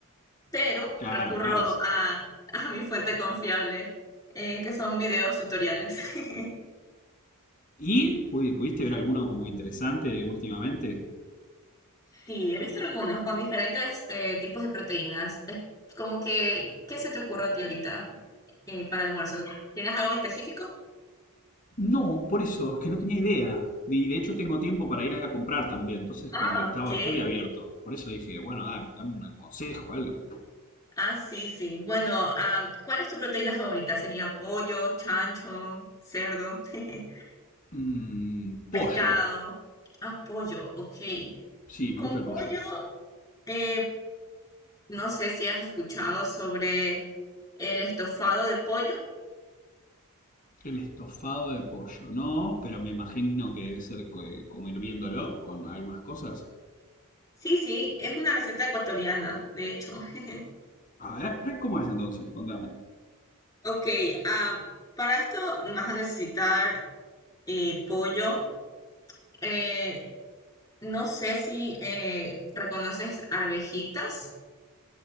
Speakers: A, on the left (about 15°); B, on the left (about 40°).
A: Pero
B: Claro,
A: recurro
B: claro. sí.
A: a, a mi fuente confiable, eh, que son videos tutoriales. <laughs>
B: ¿Y pu- pudiste ver alguno como interesante últimamente?
A: Sí, he visto algunos con diferentes eh, tipos de proteínas. Es como que, ¿qué se te ocurre a ti ahorita eh, para almuerzo? ¿Tienes algo en específico?
B: No, por eso, es que no tenía idea. Y de hecho tengo tiempo para ir a comprar también, entonces
A: Ah,
B: como que
A: ok.
B: estaba, estoy abierto. Por eso dije, bueno, da- dame un consejo, algo.
A: Ah, sí, sí. Bueno, am, ¿cuál es tu proteína favorita? ¿Sería pollo, chancho, cerdo, <laughs>
B: Mm,
A: pescado?
B: pollo.
A: Ah, pollo, ok.
B: Sí, me
A: Con
B: gusta el
A: pollo,
B: pollo.
A: eh, no sé si has escuchado sobre el estofado de pollo.
B: El estofado de pollo. No. Pero me imagino que debe ser co- eh, como hirviéndolo con algunas cosas.
A: Sí, sí, es una receta ecuatoriana, de hecho. <laughs>
B: A ver, ¿cómo es entonces? Contame.
A: Ok, ah, para esto vas a necesitar eh, pollo. Eh, no sé si eh, reconoces arvejitas,